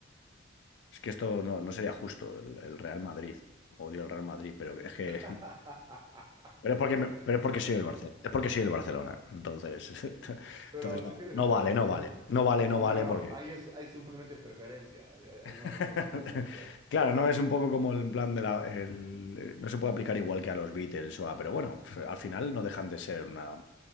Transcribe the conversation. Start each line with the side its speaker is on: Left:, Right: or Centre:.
Left: es que esto no, no sería justo, el, el Real Madrid.
Right: Sí.
Left: Odio el Real Madrid, pero es que...
Right: <laughs>
Left: <laughs> Pero es porque, me- pero es porque soy el Barcelona. Es porque soy el Barcelona. Entonces, <laughs>
Right: Pero
Left: entonces no,
Right: sí tiene
Left: no
Right: sentido,
Left: vale,
Right: sí
Left: no
Right: tiene
Left: vale.
Right: sentido.
Left: No vale, no
Right: No,
Left: vale
Right: no,
Left: porque...
Right: ahí es, ahí simplemente preferencia, ahí, ahí- ahí no,
Left: <laughs>
Right: ahí no aplica tanto.
Left: Claro, no es un poco como el plan de la... el- eh, no se puede aplicar igual que a los Beatles o a... Pero bueno, al final no dejan de ser una...